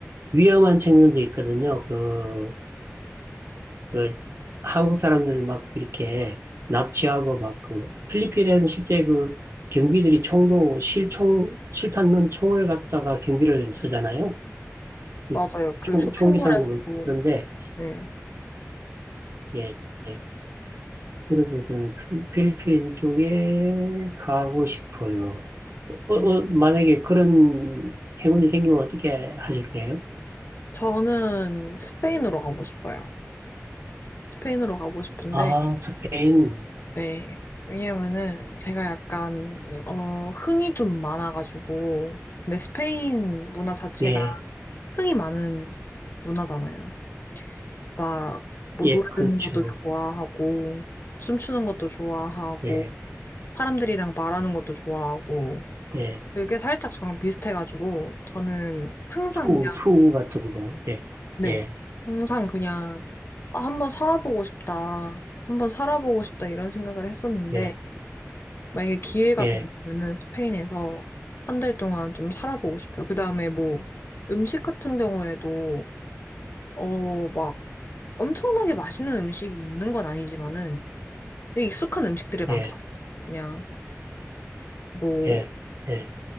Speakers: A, on the right; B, on the left.
A: 위험한 측면도 있거든요. 그, 그 한국 사람들 막 이렇게 납치하고 막 그, 필리핀에는 실제 그 경비들이 총도 실총, 실탄 넣은 총을 갖다가 경비를 쓰잖아요. 이
B: 맞아요. 그
A: 총,
B: 쇼핑몰에서도.
A: 총기 상고도 있고. 그런데,
B: 네.
A: 예. 예. 그래서 저는 필- 필리핀 쪽에 가고 싶어요. 어,
B: 음,
A: 어, 만약에 그런 행운이 생기면 어떻게 하실까요?
B: 저는 스페인으로 가고 싶어요. 스페인으로 가고 싶은데,
A: 아, 스페인.
B: 네. 왜냐면은 제가 약간 어 흥이 좀 많아가지고 근데 스페인 문화 자체가
A: 예,
B: 흥이 많은 문화잖아요. 막 뭐
A: 예,
B: 노래
A: 그렇죠.
B: 듣는 것도 좋아하고 춤추는 것도 좋아하고
A: 예,
B: 사람들이랑 말하는 것도 좋아하고
A: 예.
B: 그게 살짝 저랑 비슷해가지고 저는 항상
A: 투,
B: 그냥
A: 투 같은 거. 예,
B: 네
A: 예,
B: 항상 그냥 아, 한번 살아보고 싶다 한번 살아보고 싶다 이런 생각을 했었는데
A: 예,
B: 만약에 기회가
A: 예,
B: 된다면은 스페인에서 한 달 동안 좀 살아보고 싶어요. 그 다음에 뭐 음식 같은 경우에도 어, 막 엄청나게 맛있는 음식이 있는 건 아니지만은 되게 익숙한 음식들이 많잖아요.
A: 예,
B: 그냥 뭐
A: 예, 예,